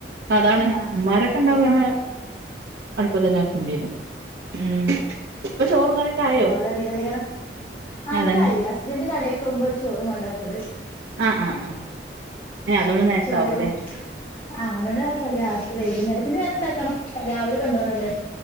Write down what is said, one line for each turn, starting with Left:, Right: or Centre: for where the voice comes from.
Right: അതാണ്
Left: ആഹ്
Right: മ്മാരൊക്കണ്ടാവുമ്പൊ
Left: ഒറ്റക്കാവുമ്പോ
Right: പിന്നെ അടുപ്പത്തന്നെ വക്കണ്ടേരും ഉം ഇപ്പൊ ചോറും കറിയൊക്കെ ആയോ
Left: ഓലതീലല്ലേക്കാരം ആക്കായാസ്
Right: അതന്നെ
Left: തിന്റെ കടേക്കോവുമ്പോ ചോറും കൊണ്ടാ പോല്
Right: ആഹ് ആഹ് ആഹ് ഏഹ് അതുകൊണ്ട് നേരത്തെ
Left: ചോറും
Right: ആവൂല്ലേ
Left: ആഹ് അതോണ്ട് കൊഴ്പ്പല്ല രാ വൈകുന്നേരത്തിന് വേറെണ്ടാക്കണം രാവിലെ കൊണ്ടോണല്ലേ